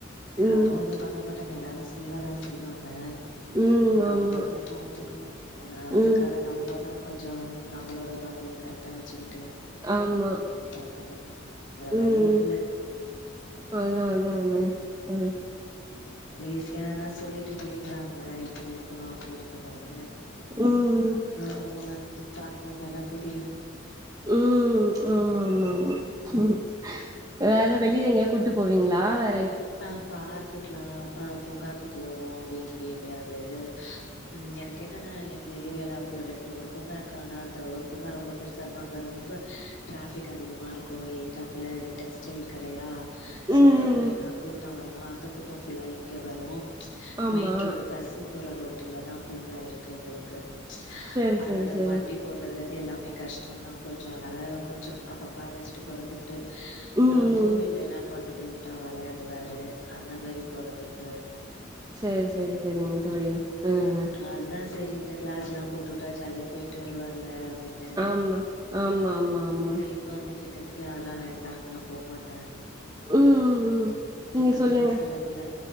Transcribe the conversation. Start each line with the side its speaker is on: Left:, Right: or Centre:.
Left: யாரோ
Right: ம்
Left: அந்த பண்ண மாட்டாங்க எல்லாரு சொல்ல தா செய்வாங்க
Right: ம்
Left: நம்மதா
Right: ஆமா
Left: பாத்துக்கணு ஆ அதுக்காக
Right: ம்
Left: நம்மதா கொஞ்சோ ம் நம்ளோட பாடிய கரட்டா வெச்சுக்கிட்டு
Right: ஆமா
Left: எ பாத்துக்கணு வேற வழியில்ல
Right: ம் அதா அதா அதா அ
Left: ஈஸியானா சொல்லிட்டு பேய்ட்றாங்க இப்டி இருக்குணு அப்டி இருக்குணுனு
Right: உம் ம்
Left: ஆ வந்து பாத்தாதான தெரியு
Right: உம் ஆமா ஆமா ஆமா வேற வெளில எங்கியாது கூட்டு போவீங்ளா வே
Left: ஆ பார்க்குக்லா ஆ பூங்காக்கு போவோ வீட்லியே எப்போயாது ம் எனக்கு என்னனா என் இந்த ஏரியால ஒரு ரெண்டு மூணு பூங்கா இருக்கானா அந்த ஒரு பூங்கா ரொம்போ பெருசா இருக்கோ அங்க ரொம்ப ட்ராஃபிக் அதிகமா இருக்கோ எய்த்தாப்ல டெக்ஸ்டைல் கடையா
Right: ம்
Left: சொல்லவே
Right: ம்
Left: வேணா
Right: ம்
Left: கூட்டோ வருமா அந்த கூட்டோ ஃபுல்லா இங்க வரு
Right: ஆமா
Left: மெய்ன் ரோடு பஸ் போற ரோட்டுலதா பூங்கா இருக்கு எங்களுக்கு
Right: செரி
Left: அனால
Right: செரி செரி
Left: வண்டிப் போட்றதுலேந்து எல்லாமே கஷ்டோந்தா கொஞ்சோ அத்னால கொஞ்சோ அப்பப்ப அழச்சி ட்டு போறதுண்டு
Right: ம்
Left: ஆ
Right: ம்
Left: கோவில்லேலா கொண்டு போய் உட்டா வளையாடுவாரு அந்த மாரி போறதுண்டு
Right: செரி செரி செரிங்க தோழி ம் ம்
Left: அத்தா செரி இந்தக் கிளாஸ்லா போட்டுவுட்டா ஜாலியா போயிட்டு வருவார்லே அப்டினு
Right: ஆமா ஆமா ஆமா ஆமா
Left: இந்த இப் இப்போ வந்து கேட்டதுக்கு அதெல்லா வேண்டா நா போமாட்டே
Right: ம் ம் ம் நீங்க
Left: மாத்தி
Right: சொல்லுங்க
Left: பேசுறாப்புல.